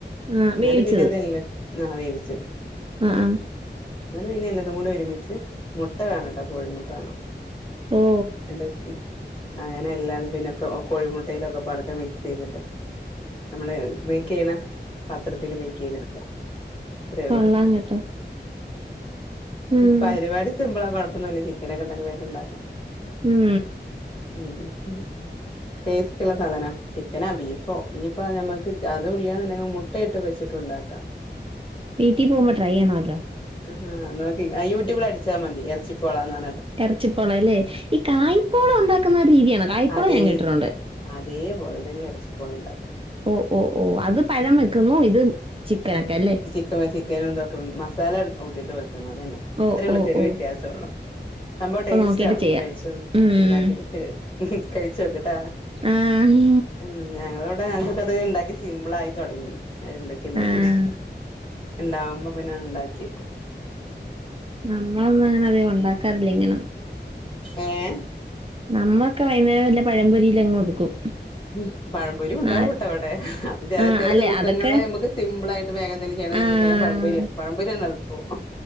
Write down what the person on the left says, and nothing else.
എന്നിട്ട്
പിന്നെ ഇതല്ലാം നാ വേവിച്ചത്
എന്നട്ട് പിന്നെ എല്ലതും കൂടെ ഒരുമിച്ച് മുട്ട വേണംട്ടോ കോഴിമുട്ട വേണം.
എന്റെ ഉം അങ്ങനെ എല്ലാതും പിന്നെക്കെ കോഴിമു ട്ടയിലൊക്കെ പതക്കെ മിക്സ്യ്തിട്ട് നമ്മള് ബേക്ക്യ്യണ പാത്രത്തില്ൽ ബേക്ക്യ്തെടുക്ക്വാ അത്രേള്ളു.
പരിപാടി സിമ്പിളാ കൊഴപ്പൊന്നുല്ലാ ചി ക്കനക്കെണ്ടെങ്ക് വേഗണ്ടാക്ക്
ഉം ടേസ്റ്റുള്ള സാധന. ചിക്കനോ ബീഫോ ഇനിയിപ്പോം നമക്ക് അതും ഇല്ലയെന്നുണ്ടെങ്കിൽ മുട്ട ഇട്ട് വെച്ചിട്ട്ണ്ടാക്കാം. <inaudible>
ആഹാ നോക്കി യൂട്യൂബിൽ അടിച്ചാൽ മതി എർച്ചി പോള എന്നാ
അതേ
അതേപോലെ തന്നെ എർച്ചി പോള ഉണ്ടാക്ക
<unintelligible> ചിക്കനും ഇതൊക്കെ മസാല കൂട്ടിയിട്ട് വെക്കുന്നു അതന്നെ
അത്രയൊള്ളൂ
ചെറിയ
വ്യത്യാസൊള്ളു. സംഭവ
ടേസ്റ്റ്
ആണ്
കഴിച്ചു
ഉണ്ടാക്കിട്ട് ഉം കഴിച്ച നോക്കട്ടാ
ഉം ഞങ്ങളവ്ടെ ക്കത് ഇണ്ടാക്കി സിംമ്പിൾ ആയി തൊടങ്ങി അത് ഇണ്ടാക്കി ഇണ്ടാക്കിട്ട്
ഇണ്ടാവുമ്പോ പിന്നണ് ഇണ്ടാക്ക്യക്കും.
ഏഹ്
ഉം പഴംപൊരി ഉണ്ടാവുംട്ട
ഇവടെ അത് ചെല
ചെല
ദിവസങ്ങളിൽ
നമുക്ക് സിമ്പിൾ ആയിട്ട് വേഗന്തേയ്ലും ചെയ്യണേച്ച
വേം പഴമ്പൊരിയ പഴമ്പപൊരിയാണ് എളുപ്പം